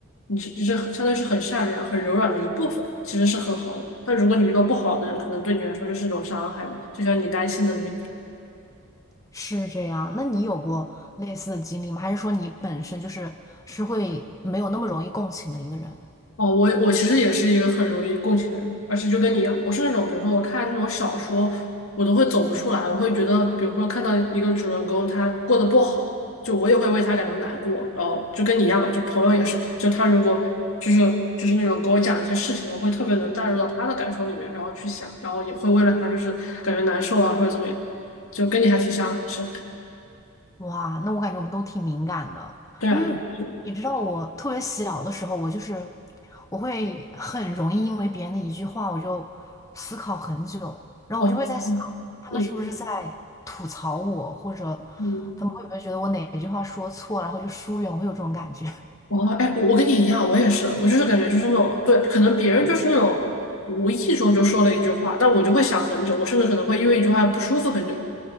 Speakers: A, on the left; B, on the left.
A: 你是你是很相当于是很善良、很柔软的一部分，其实是很好的。但如果你遇到不好的人，可能对你来说就是一种伤害吧，就像你担心的那样
B: 是这样，那你有过类似的经历吗？还是说你本身就是是会没有那么容易共情的一个人？
A: 哦，我我其实也是一个很容易共情的人，而且就跟你一样，我是那种，比如说我看那种小说，我都会走不出来，我会觉得，比如说看到一个主人公他过得不好，就我也会为他感到难过，然后就跟你一样吧，就朋友也是，就他如果就是就是那种给我讲一些事情，我会特别能带入到他的感受里面，然后去想，然后也会为了他就是感觉难受啊或者怎么样，就跟你还挺像的是，
B: 哇，那我感觉我们都挺敏感的，
A: 对啊，
B: 因为你知道，
A: 对，是，
B: 我特别小的时候，我就是我会很容易因为别人的一句话，我就思考很久，然后我就会在想，
A: 哦，嗯嗯
B: 他们是不是在吐槽我，或者
A: 嗯。
B: 他们会不会觉得我哪一句话说错，然后就疏远，我会有这种感觉。
A: 哦，哎，我我跟你一样，我也是，我就是感觉就是那种，对，可能别人就是那种无意中就说了一句话，但我就会想很久，我甚至可能会因为一句话不舒服很久。